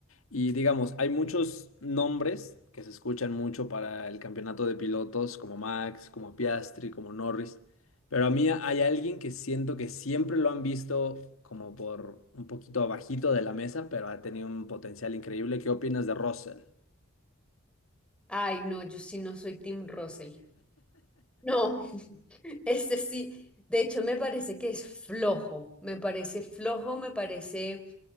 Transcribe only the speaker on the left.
Y digamos, hay muchos nombres que se escuchan mucho para el campeonato de pilotos, como Max, como Piastri, como Norris. Pero a mí hay alguien que siento que siempre lo han visto como por un poquito abajito de la mesa, pero ha tenido un potencial increíble. ¿Qué opinas de Russell?